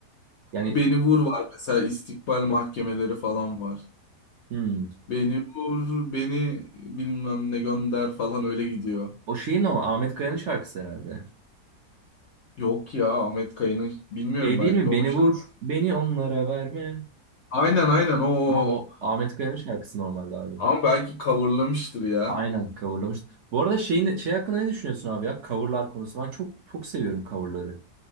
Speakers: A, on the right; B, on the left.
A: Yani
B: Beni Vur var mesela istikbal mahkemeleri falan var.
A: hmm,
B: Beni vur, beni bilmem ne gönder falan öyle gidiyor.
A: o şeyin o Ahmet Kaya'nın şarkısı herhalde.
B: Yok ya Ahmet Kaya'nın bilmiyorum
A: Şey
B: belki
A: değil mi? Beni
B: onun şarkısı.
A: vur, beni onlara verme.
B: Aynen aynen o.
A: Tamam o Ahmet Kaya'nın şarkısı normalde abi.
B: Ama belki coverlamıştır ya.
A: Aynen coverlamış. Bu arada şeyin, şey hakkında ne düşünüyorsun abi ya? Coverlar konusu. Ben çok çok seviyorum coverları.